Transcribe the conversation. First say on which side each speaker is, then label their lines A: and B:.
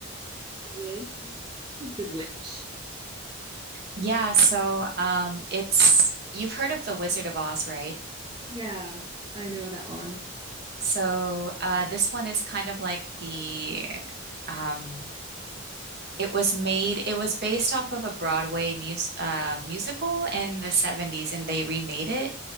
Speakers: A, on the right; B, on the right.
A: The Wiz is it The one with the Witch.
B: Yeah, so um, it's you've heard of The Wizard of Oz, right?
A: Yeah, I know that one.
B: So uh, this one is kind of like the um, It was made, it was based off of a Broadway mus uh, musical in the 70s and they remade it.